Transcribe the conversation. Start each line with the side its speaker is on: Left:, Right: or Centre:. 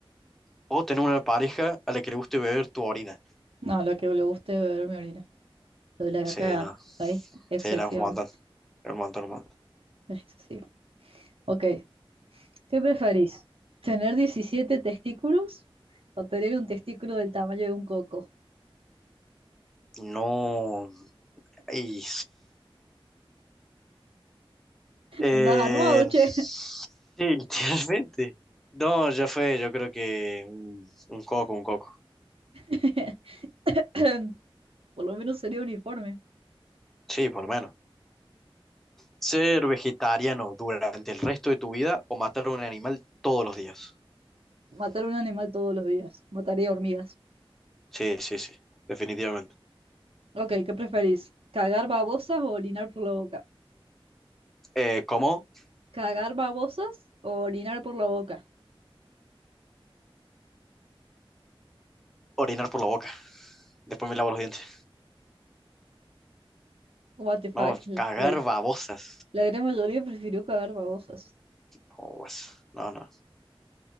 Centre: o tener una pareja a la que le guste beber tu orina.
Right: No, la que le guste beber mi orina. Lo de la
Centre: Sí,
Right: caca,
Centre: no,
Right: ahí, excesión,
Centre: sí, no, es un montón, es un montón, un montón.
Right: es excesivo. Ok, ¿qué preferís? ¿Tener 17 testículos o tener un testículo del tamaño de un coco?
Centre: No. Y, eh,
Right: Andás armado, che.
Centre: sí, <laughs> literalmente. No, ya fue, yo creo que un, un coco, un coco.
Right: <clears throat> <laughs> Por lo menos sería uniforme.
Centre: Sí, por lo menos. Ser vegetariano durante el resto de tu vida o matar a un animal todos los días.
Right: Matar un animal todos los días. Mataría hormigas.
Centre: Sí, sí, sí, definitivamente.
Right: Ok, ¿qué preferís? ¿Cagar babosas o orinar por la boca?
Centre: Eh, ¿cómo?
Right: ¿Cagar babosas o orinar por la boca?
Centre: Orinar por la boca. Después me lavo los dientes.
Right: What the fuck.
Centre: No,
Right: La,
Centre: cagar
Right: la-
Centre: babosas.
Right: gran mayoría prefirió cagar babosas.
Centre: No, guas. no, no.